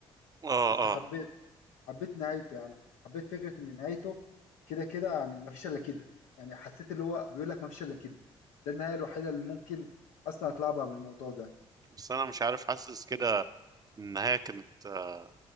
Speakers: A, on the right; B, on the left.
A: اه
B: بس
A: اه
B: حبيت حبيت نهايته يعني حبيت فكره ان نهايته كده كده يعني ما فيش الا كده يعني حسيت اللي هو بيقول لك ما فيش الا كده ده النهايه الوحيده اللي ممكن اصلا اتلعبها بالموضوع ده
A: بس انا مش عارف حاسس كده النهاية كانت آه